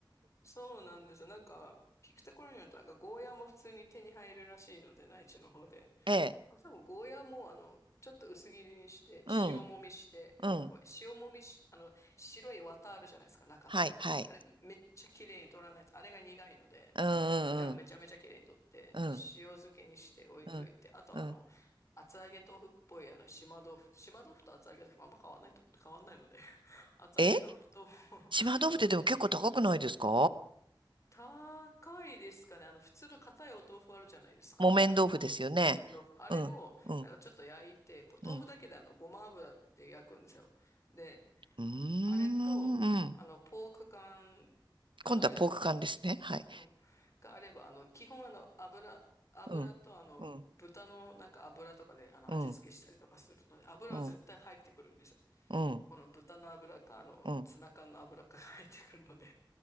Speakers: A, on the left; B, on the right.
A: そうなんですよ。なんか、聞くところによると、なんかゴーヤーも普通に手に入るらしいので、内地の方で。
B: ええ。
A: あ多分ゴーヤーもあの、ちょっと薄切りにして、
B: うん。
A: 塩もみして、
B: うん。
A: おい塩もみし、あの、白い綿あるじゃないですか、中の。
B: はい、はい。
A: あれ、めっちゃ綺麗に取らないと、あれが苦いので、
B: うん、
A: あれをめちゃめちゃ綺麗に取って、
B: うん、うん。
A: 塩漬けにして置いといて、
B: うん、
A: あとあの、
B: うん。うん
A: 厚揚げ豆腐っぽいあの、島豆腐、島豆腐と厚揚げ豆腐あんま変わんないと、変わんないので、<laughs> 厚揚げ豆腐と
B: え
A: <laughs>
B: 島豆腐ってでも結構高くないですか
A: あの、高いですかね、あの、普通の硬いお豆腐あるじゃないですか。
B: 木綿豆腐ですよね。
A: 麺豆腐。あれを、
B: うん、うん、
A: なんかちょっと焼いて、ぽ豆腐だけであの、
B: うん。
A: ごま油で焼くんですよ。で、
B: うーん、
A: あれと、
B: うん。
A: あの、ポーク缶があれば、
B: 今度はポーク缶ですね。はい。
A: うん、があれば、あの、基本あの、油、油とあの、
B: うん、うん、
A: 豚のなんか油とかであの、
B: うん、
A: 味付けしたりとかするので、油は絶対入ってくるんですよ。
B: うん、うん、うん、
A: この豚の油か、あの、
B: うん、
A: ツナ缶の油かが入ってくるので